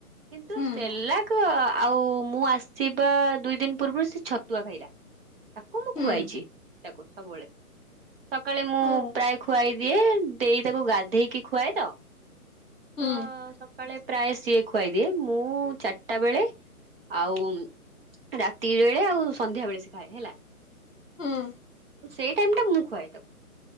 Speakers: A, on the right; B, in the centre.
A: କିନ୍ତୁ
B: ହୁଁ
A: ସେଲାକ ଆଉ ମୁଁ ଆସ ସିବା ଦୁଇ ଦିନ ପୂର୍ବରୁ ସେ ଛତୁଆ ଖାଇଲା। ତାକୁ ମୁଁ
B: ହୁଁ
A: ଖୁଆଇଚି ତାକୁ ସବୁବେଳେ। ସକାଳେ ମୁଁ
B: ହଁ
A: ପ୍ରାୟ ଖୁଆଇ ଦିଏ ଦେଇ ତାକୁ ଗାଧେଇକି ଖୁଆଏ ତ
B: ହୁଁ
A: ତ ସ କାଳେ ପ୍ରାୟ ସିଏ ଖୁଆଇଦିଏ। ମୁଁ ଚାରିଟା ବେଳେ ଆଉ ରାତି ବେଳେ ଆଉ ସନ୍ଧ୍ୟା ବେଳେ ସିଏ ଖାଏ ହେଲା।
B: ହୁଁ ହୁଁ
A: ସେଇ ଟାଇମ୍ ଟା ମୁଁ ଖୁଆଏ ତାକୁ।